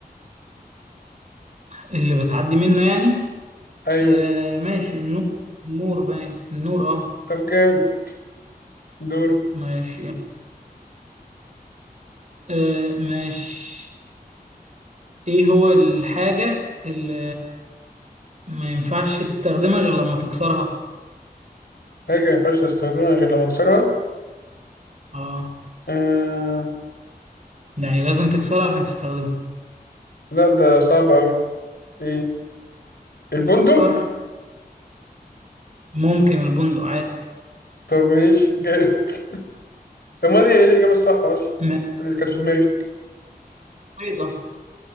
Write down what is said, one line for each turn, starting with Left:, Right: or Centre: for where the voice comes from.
Right: اللي بتعدي منه يعني
Left: ايوه
Right: آه... ماشي النور النور باين النور اه
Left: طب جامد دور
Right: ماشي آه ماشي ايه هو الحاجة اللي ما ينفعش تستخدمها غير لما تكسرها
Left: حاجة مينفعش أستخدمها غير لما أكسرها
Right: اه
Left: آه...
Right: يعني لازم تكسرها عشان تستخدمها
Left: لا ده صعب أوي إيه البندق
Right: فكر ممكن البندق عادي
Left: طب ماشي جامد <laughs> أمال هي إيه الإجابة الصح أصلا
Right: ما
Left: اللي كانت في دماغك
Right: بيضة